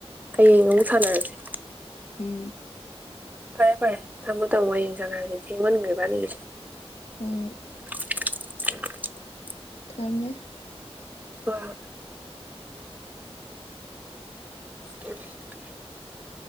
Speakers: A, on the right (about 15°); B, on the left (about 70°).
A: ꯍꯌꯦꯡ ꯑꯃꯨꯛ ꯁꯥꯟꯅꯔꯁꯦ
B: ꯎꯝ
A: ꯐꯔꯦ ꯐꯔꯦ ꯊꯝꯃꯣ ꯊꯝꯃꯣ ꯍꯌꯦꯡ ꯁꯥꯟꯅꯔꯁꯤ ꯊꯦꯡꯃꯟꯈ꯭ꯔꯦ ꯏꯕꯥꯅꯤꯒꯤꯁꯤ
B: ꯍꯣꯏ
A: <unintelligible>
B: ꯊꯝꯃꯦ
A: ꯍꯣꯏ ꯍꯣꯏ <unintelligible>